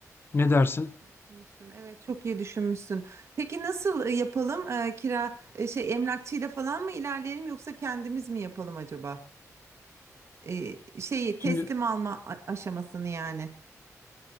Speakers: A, on the left; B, on the right.
A: Ne
B: Aa,
A: dersin?
B: iyi düşünmüşsün. Evet, çok iyi düşünmüşsün. Peki nasıl e, yapalım? Ee, kira e, şey emlakçıyla falan mı ilerleyelim yoksa kendimiz mi yapalım acaba? Ee, şeyi
A: Şimdi
B: teslim alma a- aşamasını yani.